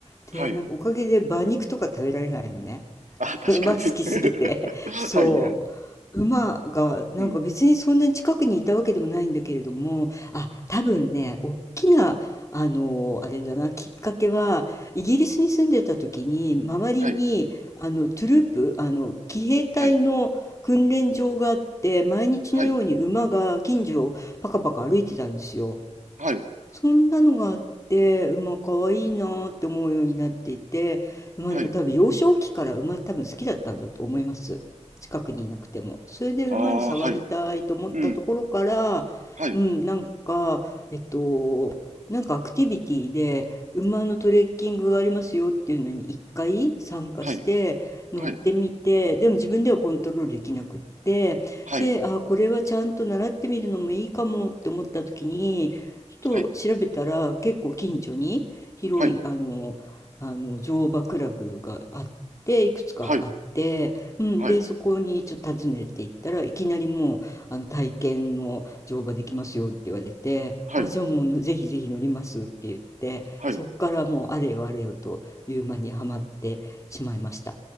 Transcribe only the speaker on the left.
で、
なんかおかげで馬肉とか食べられないのね。
<laughs>
馬好きすぎて。
<laughs> そ
う。馬が、なんか別にそんなに近くにいたわけでもないんだけれども、
あ、多分ね、大きな、あの、あれだな、きっかけは、イギリスに住んでた時に、周りに、
あの、トゥループ、あの、騎兵隊の訓練場があって、
毎日のように馬が近所をパカパカ歩いてたんですよ。
そんなのがあって、馬可愛いいなって思うようになっていて、馬でも多分幼少期から馬多分好きだったんだと思います。
近くにいなくても。それで馬に触りたいと思ったところから、
うん、なんか、えっと、なんかアクティビティで馬のトレッキングがありますよっていうのに一回参加して乗ってみて、
でも自分ではコントロールできなくって、
で、あ、これはちゃんと習ってみるのもいいかもって思った時に、ちょっと調べたら結構近所に広いあのあの乗馬クラブがあっていくつかあって、
うん、でそこにちょっと訪ねていったらいきなりもうあの体験の乗馬できますよって言われてあじゃあもうぜひぜひ乗りますって言ってそっからもうあれよあれよという間にはまってしまいました。